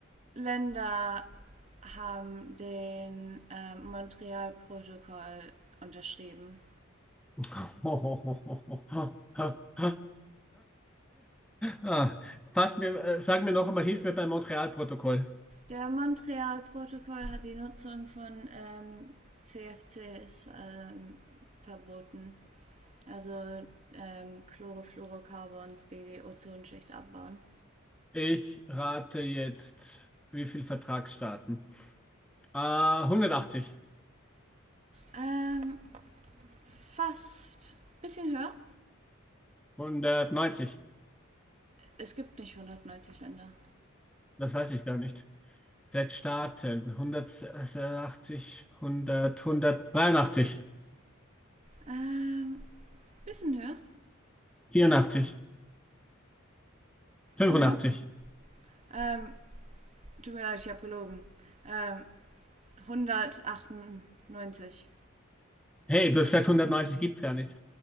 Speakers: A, on the right (about 35°); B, in the centre.
A: Länder haben den ähm, Montreal-Protokoll unterschrieben?
B: <laughs> Ah, fass mir, äh, sag mir noch einmal, hilf mir beim Montreal-Protokoll.
A: Der Montreal-Protokoll hat die Nutzung von ähm, CFCs ähm, verboten. Also ähm, Chlorofluorocarbons, die die Ozonschicht abbauen.
B: Ich rate jetzt, wie viel Vertragsstaaten? Ah, 180,
A: Ähm, fast. Bisschen höher.
B: 190,
A: Es gibt nicht 190 Länder.
B: das weiß ich gar nicht. Vielleicht Staaten, 180, 100, 183,
A: Ähm, bisschen höher.
B: 84, 85.
A: Oh, warte. Ähm, tut mir leid, ich habe gelogen. Ähm, 198.
B: Hey, das seit 190 gibt's gar nicht.